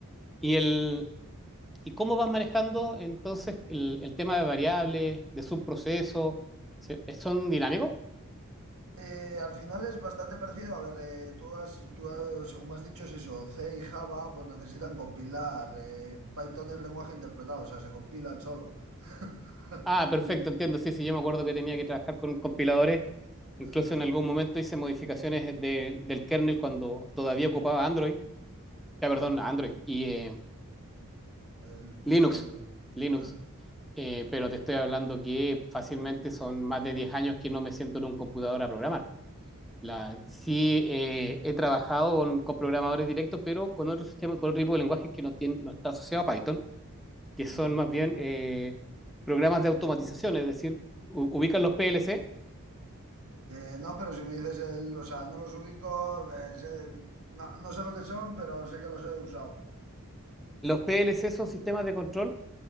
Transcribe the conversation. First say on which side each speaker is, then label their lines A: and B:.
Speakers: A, in the centre; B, on the right.
A: ¿Y el, ¿Y cómo vas manejando entonces el, el tema de variables, de subprocesos? ¿Se- eh, ¿Son dinámicos?
B: Eh, al final es bastante parecido. A ver, eh, tú has, tú has- según me has dicho, es eso. C y Java pues necesitan compilar. eh, Python es lenguaje interpretado, o sea, se compila el solo. <laughs>
A: Ah, perfecto,
B: Li-
A: entiendo. Sí, sí, yo me acuerdo que tenía que trabajar con compiladores. Incluso
B: eso,
A: en algún momento hice modificaciones de- del kernel cuando todavía ocupaba Android. Ya, perdón,
B: eh,
A: Android y eh,
B: eh,
A: Linux.
B: Linux.
A: Linux.
B: eh,
A: Eh, pero te estoy hablando que fácilmente son más de 10 años que no me siento en un computador a programar. La, sí, eh, he trabajado con, con programadores directos, pero con otro sistema, con otro tipo de lenguaje que no, tiene, no está asociado a Python, que son
B: eh.
A: más bien eh, programas de automatización, es decir, u- ubican
B: eh.
A: los PLC.
B: Eh, no, pero si me dices el, o sea, no los ubico, eh, sé- no, no sé lo que son, pero sé que los he usado.
A: Los PLC son sistemas de control